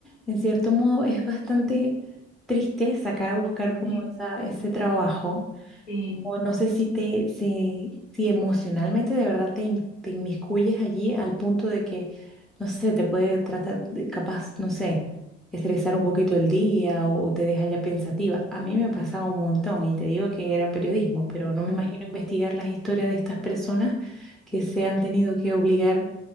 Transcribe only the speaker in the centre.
en cierto modo, es bastante triste sacar a buscar como
esa, ese trabajo
o no sé si te, se- si emocionalmente de verdad te, in- te inmiscuyes allí al punto de que, no sé, te puede tratar de capaz, no sé, estresar un poquito el día o te deja ya pensativa. A mí me pasaba un montón y te digo que era periodismo, pero no me
imagino investigar las historias de estas personas que se han tenido que obligar